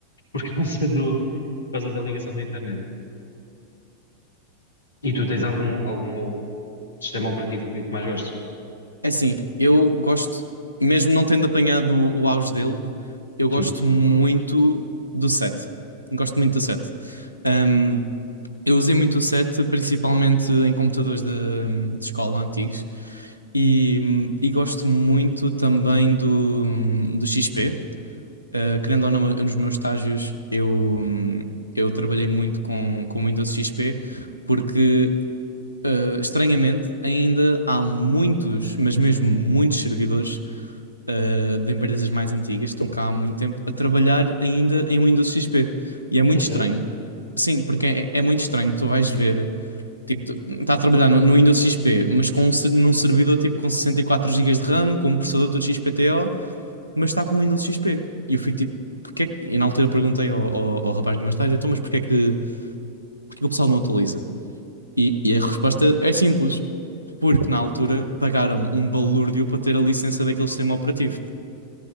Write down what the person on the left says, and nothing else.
por causa do, por causa da ligação da internet. E tu tens algum, algum sistema operativo que, que mais gostes?
Sim.
É sério?